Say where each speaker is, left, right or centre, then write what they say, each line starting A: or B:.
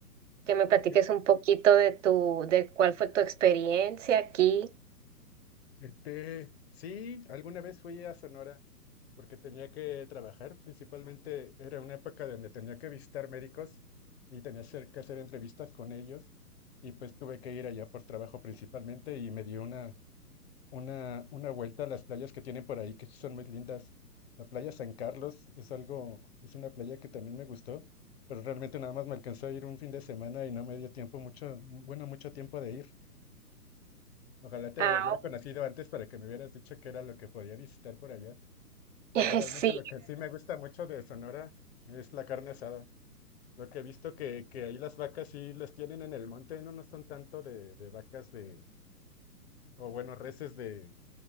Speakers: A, on the right; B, on the left.
A: que me platiques
B: Eh,
A: un poquito de tu, de cuál fue tu experiencia aquí.
B: Este, sí, alguna vez fui a Sonora porque tenía que trabajar. Principalmente era una época donde tenía que visitar médicos y tenía hacer- que hacer entrevistas con ellos. Y pues tuve que ir allá por trabajo principalmente y me dio una, una, una vuelta a las playas que tienen por ahí, que sí son muy lindas. La playa San Carlos es algo, es una playa que también me gustó, pero realmente nada más me alcanzó a ir un fin de semana y no me dio tiempo mucho, bueno, mucho tiempo de ir. Ojalá te
A: Ah,
B: hubiera conocido antes para que me hubieras dicho qué era lo que podía visitar por allá.
A: <laughs>
B: Pero realmente
A: sí,
B: lo que sí me gusta mucho de Sonora es la carne asada. Lo que he visto que, que ahí las vacas sí las tienen en el monte, no, no son tanto de, de vacas de, o bueno, reses de